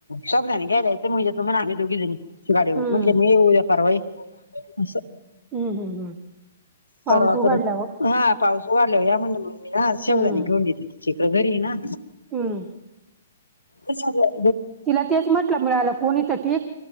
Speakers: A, on the left; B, on the right.
A: शाबुदाणे घ्यायला येते म्हजे येतो आम्ही दोघी जणी गाडीवर
B: हम्म
A: म्हणले मी उद्या परवा असं.
B: हम्म हम्म हम्म. पाऊस
A: परवा
B: उघडल्यावर
A: कड हा पाऊस तू आल्यावं या म्हण मग मी ना शेवगा
B: हम्म
A: तेन घेऊन देते तिकडं घरी ना.
B: हम्म
A: कस झालं.
B: तिला तेच म्हंटलं मिळालं कोणी तर ठीक